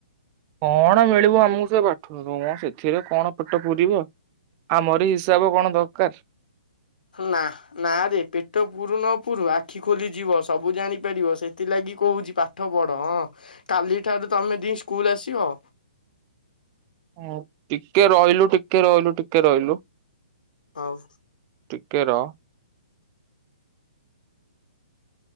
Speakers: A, on the right (about 30°); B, on the left (about 75°).
A: କଣ ମିଳିବ ଆମକୁ ସେ ପାଠରୁ। ତମ ସେଥିରେ କଣ ପେଟ ପୂୁରିବ। ଆମର ହିସାବ କଣ ଦରକାର।
B: ନା ନା ରେ ପେଟ ପୁରୁ ନ ପୂରୁ ଆଖି ଖୋଲିଯିବ ସବୁ ଜାଣିପାରିବ ସେଥିଲାଗି କହୁଛି ପାଠ ପଢ ହଁ କାଲିଠାରୁ ତମେ ଦ ସ୍କୁଲ ଆସିବ।
A: ହଁ ଟିକେ ରହିଲୁ ଟିକେ ରହିଲୁ ଟିକେ ରହିଲୁ।
B: ହଉ।
A: ଟିକେର।